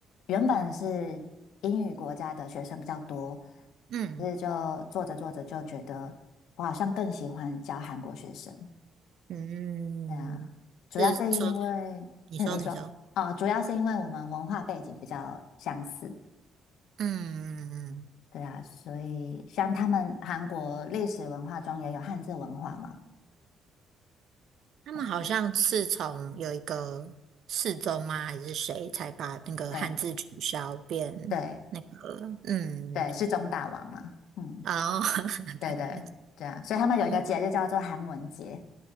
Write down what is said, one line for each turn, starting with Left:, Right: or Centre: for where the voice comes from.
Left: 原本是英语国家的学生比较多，
Right: 嗯
Left: 所以就做着做着就觉得我好像更喜欢教韩国学生，
Right: 嗯，
Left: 对啊，主要是因为，
Right: 是说，你说你说，
Left: 嗯，你说，哦，主要是因为我们文化背景比较相似，
Right: 嗯，
Left: 对啊，所以像他们韩国历史文化中也有汉字文化嘛，
Right: 他们好像是从有一个世宗吗，
Left: 啊，
Right: 还是谁才把那个汉字取消变那个，
Left: 对对
Right: 嗯，
Left: 对，是中大王嘛，嗯，
Right: 哦，<laughs>
Left: 对对对啊，
Right: 对啊，
Left: 所以他们有一个节日叫做韩文节，
Right: 嗯，